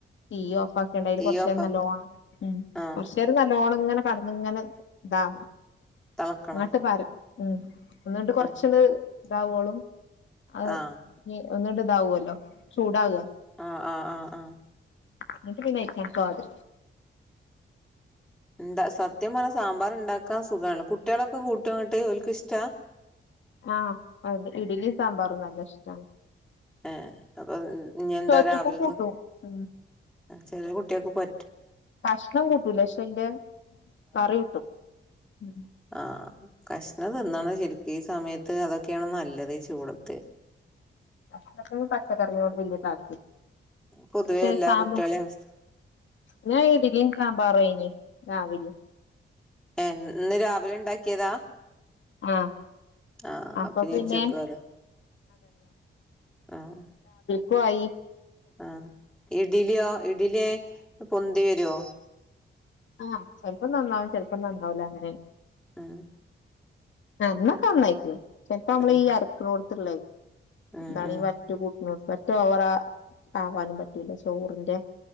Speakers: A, on the left; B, in the centre.
A: തീ ഓഫാക്യാണ്ടയില്
B: തീ
A: കൊറച്ചേരം
B: ഓഫാക്ക
A: നല്ലോണം മ്
B: ആഹ്
A: കൊറച്ചേരം നല്ലോണം ഇങ്ങനെ കട്ന്നങ്ങനെ ഇതാകണം.
B: തെളക്കണ
A: ഇങ്ങട്ട് പാരം ഉം ഇന്നട്ട് കൊർച്ച്ണ്ട്
B: ആഹ്
A: ഇതാവോളും അത്
B: ആഹ്
A: നി ഒന്ന്ണ്ട് ഇതാവുവല്ലോ ചൂടാവാ
B: ആ ആ ആ ആ
A: ഇന്നട്ട് പിന്നെ അയ്ക്കാണ് സ്വാദ്
B: എന്താ സത്യം പറഞ്ഞാ സാമ്പാർ ഉണ്ടാക്കാൻ സുഖാണ് ലോ. കുട്ടിയേളൊക്കെ കൂട്ടോ ന്നട്ട്? ഓൽക്ക് ഇഷ്ടാ?
A: ആഹ് അത് ഇഡലി സാമ്പാറും നല്ല ഇഷ്ടാണ്
B: ഏഹ് അപ്പൊ ഇനി എന്താ
A: ചോറ്റക്കും
B: രാവില്ക്ക്?
A: കൂട്ടും ഉം
B: ചെറിയ കുട്ടിയേൾക്ക് പ
A: കഷ്ണം കൂട്ടൂല. ശ്ശെ അയ്ന്റെ കറി കൂട്ടും. ഉം
B: ആ കഷ്ണം തിന്നണം ശരിക്ക് ഈ സമയത്ത് അതൊക്കെയാണ് നല്ലത് ഈ ചൂടത്ത്
A: <unintelligible> പച്ചക്കറിനോട്‌ വല്യ താൽ
B: പൊതുവേ
A: ശെ
B: എല്ലാ
A: സാമ്പാ
B: കുട്ടികളെയും അവസ്ഥ
A: ന്ന് ഇഡ്ഡ്ലിം സാമ്പാറേനി ആവില്ല
B: ഏ ഇന്ന് രാവിലെ ഉണ്ടാക്കിയതാ
A: ആഹ്
B: ആ
A: അപ്പൊ
B: അപ്പിനി
A: പിന്നെ
B: ഉച്ചയ്ക്ക് അതെ ആഹ്
A: പോയി
B: ആ ഇഡ്ഡ്ല്യോ ഇഡ്ഡ്ലി പൊന്തി വരോ
A: ആഹ് ചെൽപ്പം നന്നാവും ചെൽപ്പം നന്നാവൂല അങ്ങനെ
B: ആഹ്
A: ആന്നൊക്കെ നന്നായിക്കണ് ചിലപ്പ നമ്മള്
B: ഉം
A: ഈ അരയ്ക്കണോ ത്ത്ള്ളെ
B: ഉം
A: എന്താണ്
B: ഉം
A: ഈ വറ്റ് കൂട്ടിനോ ഓവർ ആവാനും പറ്റൂല ചോറിന്റെ